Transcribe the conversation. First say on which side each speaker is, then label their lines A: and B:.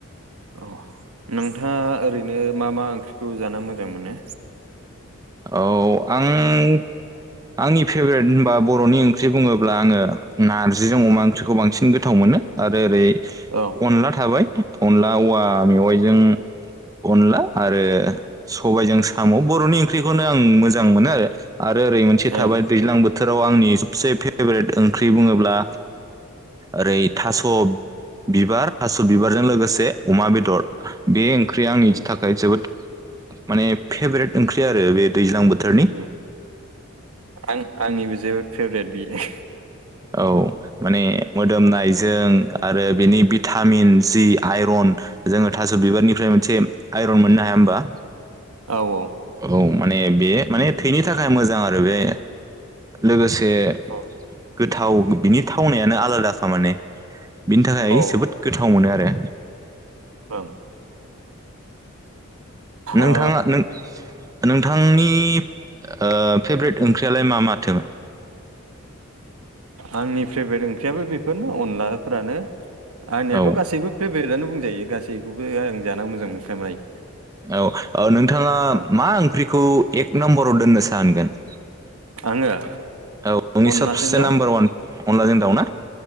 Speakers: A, on the right (about 85°); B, on the right (about 15°).
A: औ नोंथाङा ओरैनो मा मा ओंख्रिखौ जानो मोजां मोनो?
B: औ आं आंनि फेभरेट बा बर'नि ओंख्रि बुङोब्ला आङो नार्जिजों अमा ओंख्रिखौ बांसिन गोथाव मोनो आरो ओरै
A: औ।
B: अनला थाबाय अनला औवा मेवाइजों अनला आरो सबाइजों साम' बर'नि ख्रिखौनो आं मोजां मोनो आरो ओरै मोनसे
A: ओं
B: थाबाय दैज्लां बोथोराव आंनि सबसे फेभरेट ओंख्रि बुङोब्ला ओरै थास' बिबार थास' बिबारजों लोगोसे अमा बेदर बे ओं ख्रिया आंनि
A: उम
B: थाखाय जोबोद माने फेभ्रेट ओंख्रि आरो बे दैज्लां बोथोरनि।
A: उम आं आंनिबो जेबोद फेभरेट बियो।
B: औ माने मोदोमनायजों आरो बिनि थामिन जि आइरन जोङो थास' बिबारनिफ्राय मोनसे आइरन मोननो हाया होमबा?
A: औ औ।
B: औ माने बे माने थैनि थाखाय मोजां आरो बे लोगोसे
A: औ
B: गोथाव बिनि थावनायानो आलादाखा माने बिनि थाखाय
A: औ
B: जोबोद गोथ थाव मोनो आरो।
A: औ
B: नोंथाङा
A: ओ
B: नों नोंथांनि ओ फेभ्रेट ओंख्रियालाय मा माथो?
A: आंनि फ्रेबेट ओंख्रियाबो बेफोरनो अनलाफोरानो। आंनियाथ'
B: औ
A: गासैबो फेभरेटआनो बुंजायो गासैखौबो आं जाना मोजां मोनखाबाय।
B: औ औ नोंथाङा
A: ओं
B: मा ओंख्रिखौ एक नम्बराव दोननो सानगोन?
A: <inaudible> आङो?
B: औ नोंनि
A: अनलाजों
B: सोबसे
A: दाउ
B: नाम्बार अवान अनलाजों दाउ ना